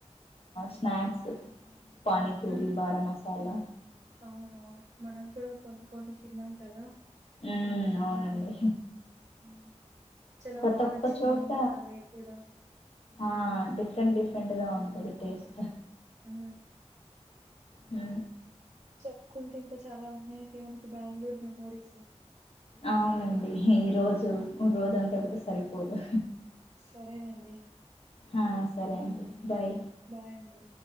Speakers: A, on the left (about 55°); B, on the right (about 70°).
A: స్నాక్స్ పానీపూరి
B: హ
A: బారా మసాలా
B: అవునవును మనం అపుడు కొనుకొని తిను తిన్నం కదా
A: ఉ అవునండి
B: హ్మ్. చాలా
A: ప్రతి
B: బా
A: ఒక్క
B: నచ్చిందండి
A: చోట
B: నాకు ఆ లేక్ కూడా.
A: ఆ డిఫరెంట్ డిఫరెంట్గా ఉంటది టేస్ట్
B: అ
A: హ
B: చెప్పుకుంటే ఇంకా చాలా ఉన్నాయండి మనకి బెంగళూరు మెమోరీస్
A: అవునండి ఈ రోజు రోజంతా కూడా సరిపోదు
B: సరేనండి
A: ఆ సరే అండి బాయ్
B: బాయ్ అండి